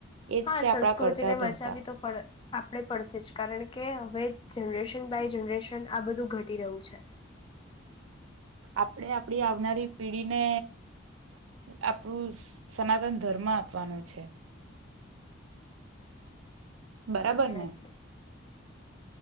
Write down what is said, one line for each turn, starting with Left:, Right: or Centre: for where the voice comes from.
Right: એજ
Left: હા
Right: છે
Left: સંસ્કૃતિને
Right: આપણા કરતા
Left: બચાવી
Right: ધરતા
Left: તો પડે આપણે પડશે જ કારણ કે હવે જનરેશન બાય જનરેશન આ બધું ઘટી રહ્યું છે
Right: આપડે આપડી આવનારી પેઢીને આપણું સનાતન ધર્મ આપવાનું છે બરાબર
Left: સાચી વાત
Right: ને
Left: છે